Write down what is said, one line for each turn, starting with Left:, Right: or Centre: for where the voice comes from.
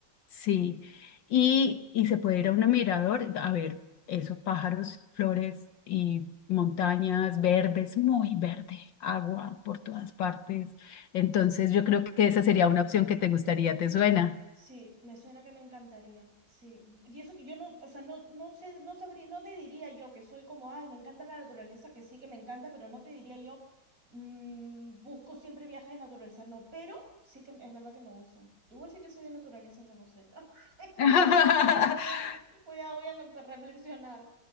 Left: Sí, y, y se puede ir a un mirador a ver esos pájaros, flores y montañas verdes, muy verde, agua por todas partes. Entonces yo creo que esa sería una opción que te gustaría, ¿te suena?
Right: Sí, me suena que me encantaría. Sí, y eso que yo no, o sea, no, no sé, no sabría, no te diría yo que soy como, ay, me encanta la naturaleza, que sí que me encanta, pero no te diría yo, mm, busco siempre viajes de naturaleza, no, pero sí que es verdad que me gustan. Igual sí que soy de naturaleza y no lo sé. <laughs>
Left: <laughs>
Right: No, no, no, voy a, voy a no- reflexionar.